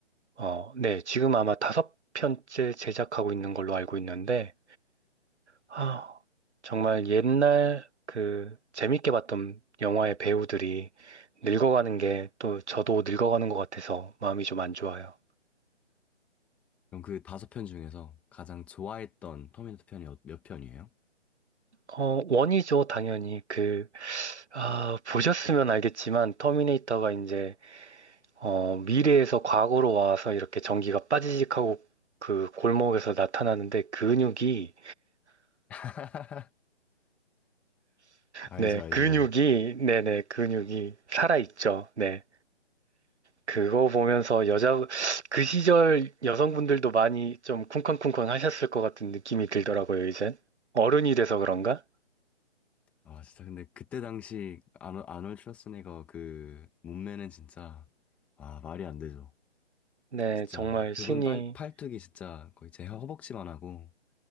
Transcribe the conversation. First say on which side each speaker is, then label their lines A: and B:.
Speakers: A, on the right (about 75°); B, in the centre.
A: 어, 네, 지금 아마 다섯 편째 제작하고 있는 걸로 알고 있는데, 아, 정말 옛날 그 재밌게 봤던 영화의 배우들이 늙어가는 게 또 저도 늙어가는 것 같아서 마음이 좀 안 좋아요.
B: 그럼 그 다섯 편 중에서 가장 좋아했던 터미네이터 편이 어- 몇 편이에요?
A: 어, 원이죠, 당연히. 그, 아, 보셨으면 알겠지만, 터미네이터가 이제, 어, 미래에서 과거로 와서 이렇게 전기가 빠지직하고 그 골목에서 나타나는데 근육이,
B: <laughs> 알죠,
A: 네,
B: 알죠.
A: 근육이, 네네, 근육이 살아있죠. 네. 그거 보면서 여자, 그 시절 여성분들도 많이 좀 쿵쾅쿵쾅 하셨을 것 같은 느낌이 들더라고요, 이젠. 어른이 돼서 그런가?
B: 아, 진짜 근데 그때 당시 아노, 아놀드 슈와스네거 그 몸매는 진짜 아, 말이 안 되죠.
A: 네,
B: 진짜
A: 정말
B: 그분
A: 신이,
B: 팔, 팔뚝이 진짜 거의 제 허벅지만 하고